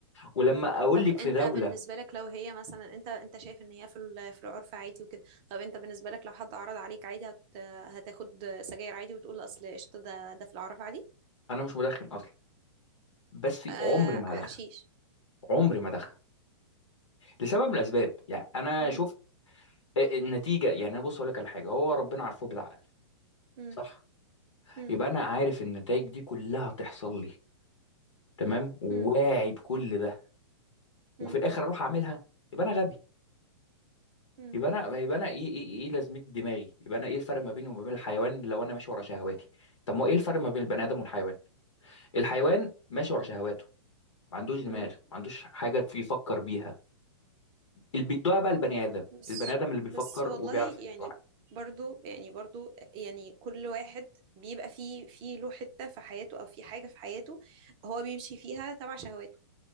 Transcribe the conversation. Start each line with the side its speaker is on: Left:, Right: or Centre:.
Left: ولما اقول
Right: طب
Left: لك
Right: انت
Left: في دوله
Right: بالنسبة لك لو هي مثلا انت انت شايف ان هي في ال- في العرف عادي وكده طب انت بالنسبة لك لو حد عرض عليك عادي هت هتاخد سجاير عادي وتقول اصل قشطة ده ده في العرف عادي
Left: انا مش مدخن اصلا بس
Right: آه
Left: عمري ما
Right: حشيش
Left: هدخن عمري ما ادخن لسبب من الاسباب يعني انا
Right: مم.
Left: شفت النتيجه يعني انا بص اقول لك على حاجه هو ربنا عارفه بالعقل
Right: مم.
Left: صح
Right: مم.
Left: يبقى انا عارف النتائج دي كلها هتحصل لي تمام واعي
Right: مم.
Left: بكل ده وفي
Right: مم.
Left: الاخر اروح اعملها يبقى انا غبي
Right: مم.
Left: يبقى انا يبقى انا ايه ايه ايه إيه لازمه دماغي يبقى انا ايه الفرق ما بيني وما بين الحيوان لو انا ماشي ورا شهواتي طب ما هو ايه الفرق ما بين البني
Right: مم.
Left: ادم والحيوان الحيوان ماشي ورا شهواته ما عندوش دماغ
Right: مم.
Left: ما عندوش حاجه في- يفكر بيها اللي بيدوها بقى البني ادم
Right: بس
Left: البني ادم اللي بيفكر
Right: بس والله
Left: وبيعرف
Right: يعني
Left: إنه واحد
Right: برضو يعني برضو يعني كل واحد بيبقى فيه في له حتة في حياته او في حاجة في حياته هو بيمشي فيها تبع شهواته